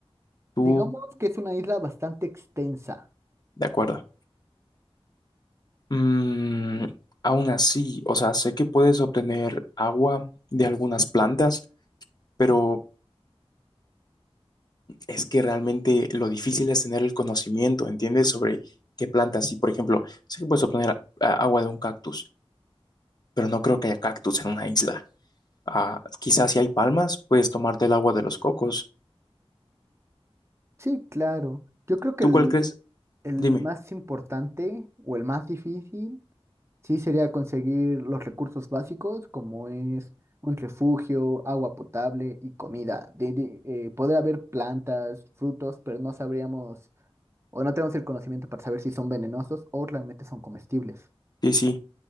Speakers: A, on the left (about 40°); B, on the right (about 25°).
A: Tú,
B: Digamos que es una isla bastante extensa.
A: de acuerdo. Mm, aún así, o sea, sé que puedes obtener agua de algunas plantas, pero es que realmente lo difícil es tener el conocimiento, ¿entiendes? Sobre qué plantas. Y, por ejemplo, sé que puedes obtener ah, agua de un cactus, pero no creo que haya cactus en una isla. Ah, quizás si hay palmas, puedes tomarte el agua de los cocos.
B: Sí, claro. Yo creo que
A: ¿Tú
B: el,
A: cuál crees?
B: el
A: Dime.
B: más importante o el más difícil sí sería conseguir los recursos básicos como es un refugio, agua potable y comida. De, de- eh, poder haber plantas, frutos, pero no sabríamos o no tenemos el conocimiento para saber si son venenosos o realmente son comestibles.
A: Sí, sí.